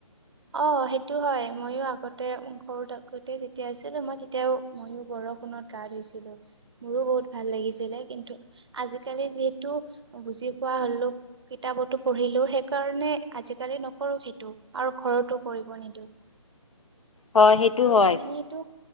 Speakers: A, on the right; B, on the left.
A: অ 'সেইটো হয় ময়ো আগতে ঘৰ থাকো গোটেই যেতিয়া আছিল মই তেতিয়াও। ময়ো বৰষুণত গা ধুইছিলো মোৰো বহুত ভাল লাগিছিলে কিন্তু আজিকালি যিহেতু বুজি পোৱা হলো কিতাপতো পঢ়িলো সেইকাৰণে আজিকালি নকৰো সেইটো আৰু ঘৰতো কৰিব নিদিওঁ।
B: হয় সেইটো
A: আৰু
B: হয়।
A: আমি এইটো।